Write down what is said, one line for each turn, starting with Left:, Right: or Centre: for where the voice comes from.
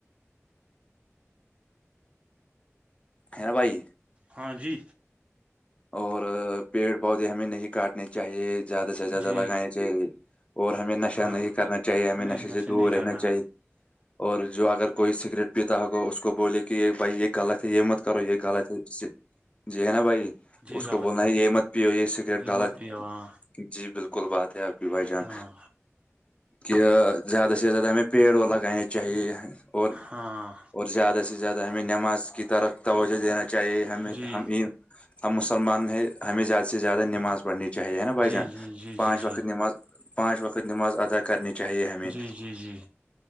Left: ہے نا بھائی
Right: ہاں جی
Left: اور پیڑ پودے ہمیں نہیں کاٹنے چاہیے زیادہ سے زیادہ
Right: جی
Left: لگانے چاہیے اور ہمیں نشہ
Right: ہاں
Left: نہیں کرنا چاہیے ہمیں
Right: نہیں
Left: نشے سے دور
Right: نہیں کرنا
Left: رہنا چاہیے اور جو اگر کوئی سگریٹ پیتا ہوگا اس کو بولے کہ یہ بھائی یہ غلط ہے یہ مت کرو یہ غلط ہے جی ہے نا بھائی
Right: جی
Left: اس
Right: غلط
Left: کو بولنا
Right: ہے
Left: یہ مت پیو یہ سگریٹ
Right: یہ
Left: غالت
Right: مت پیو ہاں
Left: جی بالکل بات ہے آپ کی بھائی جان
Right: ہاں
Left: کہ زیادہ سے زیادہ ہمیں پیڑ و لگانے چاہیے اور
Right: ہاں
Left: اور زیادہ سے زیادہ ہمیں نماز کی طرف توجہ دینا چاہیے ہمیں
Right: جی
Left: ہمیں ہم مسلمان ہیں ہمیں زیادہ سے زیادہ نماز پڑھنی چاہیے ہے نا بھائی
Right: جی
Left: جان
Right: جی جی
Left: پانچ
Right: جی جی
Left: وقت نماز پانچ وقت نماز ادا کرنی چاہیے ہمیں
Right: جی جی جی